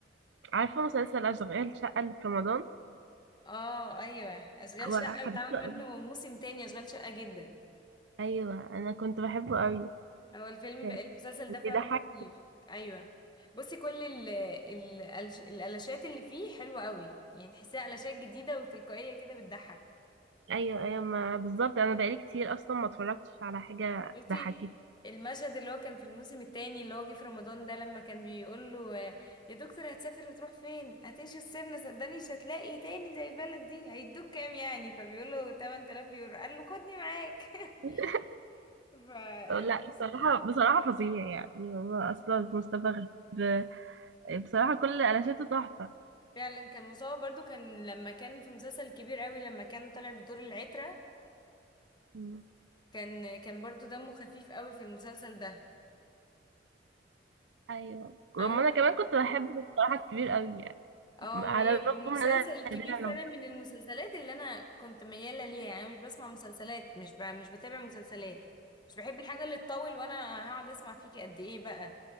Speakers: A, on the right (about 75°); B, on the left (about 25°).
A: عارفة مسلسل أشغال شقة اللي في رمضان
B: اه ايوه اشغال
A: وحبيته
B: شقة بيتعمل منه
A: أوي
B: موسم تاني اشغال شقة جدا
A: أيوة أنا كنت بحبه أوي
B: هو الفيلم
A: كان
B: المسلسل
A: بيضحك
B: ده فعلا لطيف ايوه بصي كل ال ال الش- الالاشات اللي فيه حلوه قوي يعني تحسيها الاشات جديده وتلقائيه كده بتضحك
A: أيوة أيوة ما بالظبط أنا بقالي كتير أصلا ما اتفرجتش على حاجة
B: شفتي
A: ضحكتني
B: المشهد اللي هو كان في الموسم التاني اللي هو جه في رمضان ده لما كان بيقول له آه، يا دكتور هتسافر وتروح فين هتمشي وتسيبنا صدقني مش هتلاقي تاني زي البلد دي هيدوك كام يعني فبيقول له 8000 يورو قال له خدني معاك <laughs>
A: <laughs>
B: فالموسم
A: لا بصراحة بصراحة فظيع يعني هو أصلا مصطفى غريب بصراحة كل قلاشاته تحفة
B: فعلا كان مصاب برضو كان لما كان في مسلسل كبير قوي لما كان طالع بدور العترة
A: مم.
B: كان كان برضو دمه خفيف قوي في المسلسل ده
A: ايوه واما
B: عموما
A: انا كمان كنت بحب بصراحة الكبير قوي يعني
B: اه
A: على
B: ما هي
A: الرغم
B: مسلسل
A: ان انا
B: كبير
A: نادراً لما
B: فعلا
A: بشوف-
B: من المسلسلات اللي انا كنت ميالة ليها يعني أنا مش بسمع مسلسلات مش ب... مش بتابع مسلسلات مش بحب الحاجة اللي تطول وانا هقعد اسمع فيكي قد ايه بقى